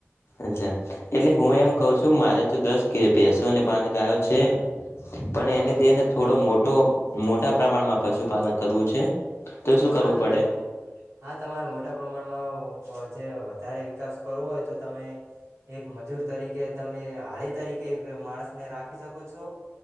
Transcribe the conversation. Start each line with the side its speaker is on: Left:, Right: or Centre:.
Left: અચ્છા એટલે હું
Right: હા
Left: એમ કઉ છું મારે તો દસ ભેસો અને પાંચ ગાયો છે પણ
Right: હા
Left: એને
Right: હા
Left: તેને થોડો મોટો મોટા પ્રમાણમાં પશુપાલન કરવું છે શું
Right: હા
Left: કરવું
Right: તો
Left: પડે
Right: તમ હા ત મોટા પ્રમાણમાં જે વધારે વિકાસ કરવો હોય તો તમે એક મજૂર તરીકે તમે હાળી તરીકે માણસને રાખી શકો છો